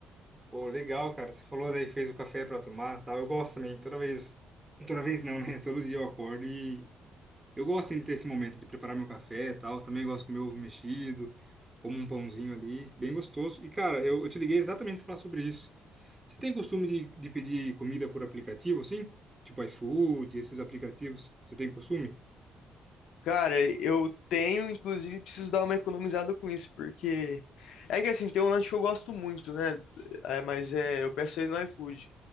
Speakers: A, on the right; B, on the left.
A: Pô, legal, cara. Você falou daí que fez o café pra tomar, tal. Eu gosto também. Toda vez, toda vez não, né? Todo dia eu acordo e Eu gosto assim, de ter esse momento de preparar meu café e tal. Também gosto com meu ovo mexido, como um pãozinho ali, bem gostoso. E, cara, eu, eu te liguei exatamente para falar sobre isso. Você tem costume de, de pedir comida por aplicativo, assim? Tipo iFood, esses aplicativos. Você tem costume?
B: Cara, eu tenho, inclusive, preciso dar uma economizada com isso, porque é que assim, tem um lanche que eu gosto muito, né? É, mas é, eu peço ele no iFood,